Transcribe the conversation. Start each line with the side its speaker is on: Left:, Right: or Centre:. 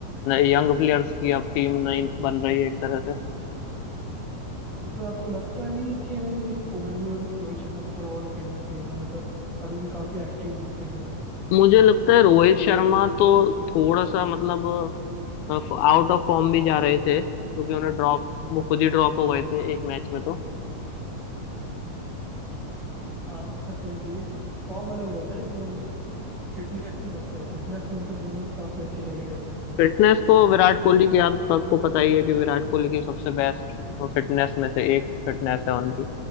Left: यंग प्लेयर्स की अब टीम नई बन रही है एक तरह से
Centre: हाँ, मतलब आपको लगता नहीं है कि है ना ये कोहली और रोहित शर्मा को थोड़ा और खेलना चाहिए था मतलब अभी भी काफी एक्टिव दिखते हैं ये लोग
Left: मुझे लगता है रोहित शर्मा तो थोड़ा सा मतलब आउट ऑफ फॉर्म भी जा रहे थे क्योंकि उन्हें ड्रॉप वो खुद ही ड्रॉप हो गए थे एक मैच में तो
Centre: हाँ मतलब फिर भी फॉर्म अलग हो जाता है वो मैं फिटनेस की बात कर रहा हूँ फिटनेस तो मतलब दोनों की काफी अच्छी चली रही है
Left: फिटनेस तो विराट कोहली की आप सबको पता ही है कि विराट कोहली की सबसे बेस्ट फिटनेस में से एक फिटनेस है उनकी